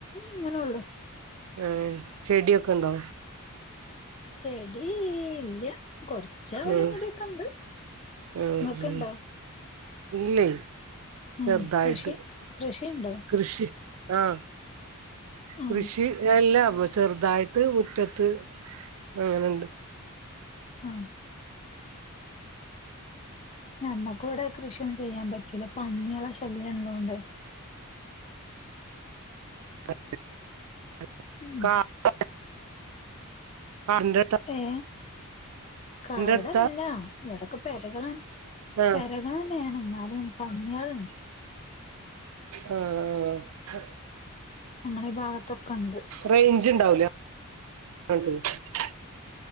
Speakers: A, on the left (about 30°); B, on the right (about 70°).
A: ഇങ്ങനെള്ളു
B: ആഹ് ചെടിയൊക്കൊണ്ടോ
A: ചെടി ഇല്യ കൊറച്ച് ച്ചാ അവിടെ
B: ഉം
A: ഇവിടെക്കെണ്ട്
B: ഉം
A: ഇങ്ങക്ക്‌
B: ഉം
A: ഇണ്ടോ
B: ഇല്ലേ
A: ആഹ്
B: ചെറുതായിട്ട്
A: കൃഷി കൃഷിയുണ്ടോ
B: കൃഷി ആഹ
A: ആഹ്
B: കൃഷി എല്ല അപ്പ ചെറുതായിട്ട് മുറ്റത്ത് ആഹ് ഇണ്ട്
A: ആഹ് നമ്മുക്ക് ഇവിടെ കൃഷിയൊന്നും ചെയ്യാൻ പറ്റൂല പന്ന്യാളെ ശല്യം ഇള്ളോണ്ട്
B: <unintelligible>
A: ഉം
B: കരണ്ട് ട്ടാ
A: ഏഹ് കാടല്ല
B: അടുത്താ
A: ഇവിടൊക്കെ പെകളെ
B: ആഹ്
A: പെരകളെന്നെ അങ്ങന്നെയാണ് എന്നാലും പന്ന്യാളുണ്ട്
B: ആഹ ആഹ
A: ഞാങ്ങളെ ഈ ഭാഗത്തൊക്കെ ഉണ്ട്
B: റേഞ്ച്ണ്ടാവിലാ <unintelligible>